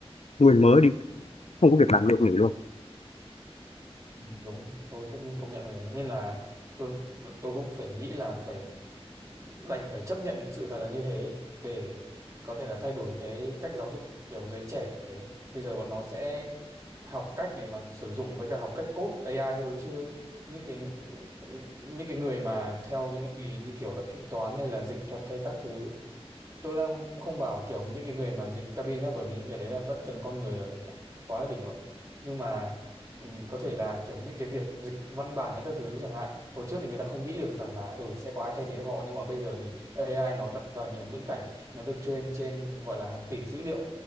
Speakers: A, on the left; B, on the right.
A: nguồn mới đi không có việc làm được nghỉ luôn
B: Ừ, đúng tôi cũng công nhận rồi đấy nên là tôi tôi cũng phải nghĩ là phải đành phải chấp nhận sự thật là như thế để có thể là thay đổi cái cách giáo dục kiểu giới trẻ ấy. bây giờ bọn nó sẽ học cách để mà sử dụng với cả học cách code AI thôi chứ những cái những cái người mà theo những cái nghề như kiểu là kế toán hay là dịch thuật hay các thứ tôi đang không bảo kiểu những cái người mà dịch cabin nhá bởi vì những cái đấy là vẫn cần con người rồi quá là đỉnh rồi nhưng mà ừm, có thể là kiểu những cái việc dịch văn bản hay các thứ chẳng hạn hồi trước thì người ta không nghĩ được rằng là ừ sẽ có ai thay thế được họ nhưng mà bây giờ thì AI nó đặt vào nhiều ngữ cảnh nó được train trên gọi là hàng tỷ dữ liệu